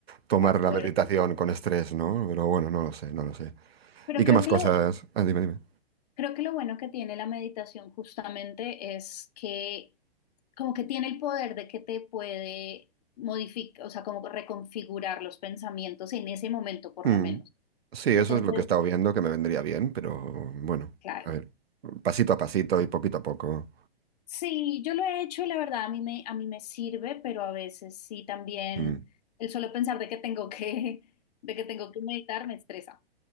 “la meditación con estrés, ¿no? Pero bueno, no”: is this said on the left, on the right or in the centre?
Right